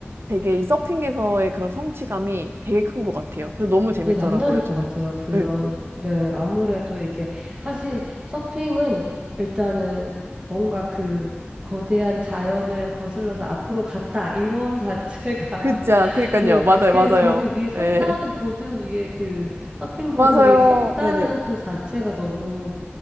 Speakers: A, on the right; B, on the right.
A: 되게 이 서핑에서의 그런 성취감이 되게 큰 것 같아요. 그래서 너무 재밌더라고요,
B: 네, 남다를 것
A: 저는.
B: 같아요. 그런,
A: 응.
B: 네, 아무래도 이게, 사실 서핑은 일단은 뭔가 그 거대한 자연을 거슬러서 앞으로 갔다, 이론 자체가,
A: 그자, 그니까요.
B: <laughs> 네,
A: 맞아요,
B: 그냥
A: 맞아요.
B: 거기 위에 섰다는
A: 네.
B: 보드 위에 그, 서핑보드
A: 맞아요.
B: 위에 섰다는
A: 네네.
B: 그 자체가 너무,